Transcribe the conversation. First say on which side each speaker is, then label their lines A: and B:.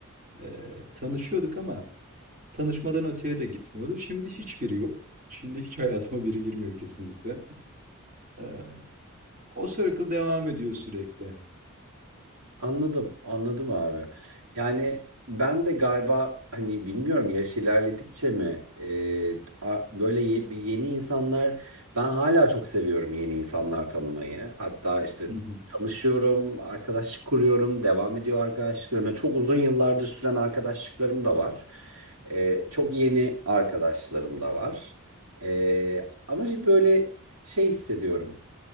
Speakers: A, on the right (about 35°); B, on the right (about 85°).
A: e, tanışıyorduk ama tanışmadan öteye de gitmiyordu. Şimdi hiçbiri yok. Şimdi hiç hayatıma biri girmiyor kesinlikle. <laughs> O circle devam ediyor sürekli.
B: Anladım, anladım abi. Yani ben de galiba hani bilmiyorum yaş ilerledikçe mi e, a- böyle ye- bir yeni insanlar ben hala çok seviyorum yeni insanlar tanımayı. Hatta işte
A: Hı hı.
B: tanışıyorum, arkadaşlık kuruyorum, devam ediyor arkadaşlıklarım. Yani çok uzun yıllardır süren arkadaşlıklarım da var. E, çok yeni arkadaşlarım da var. E, ama böyle şey hissediyorum.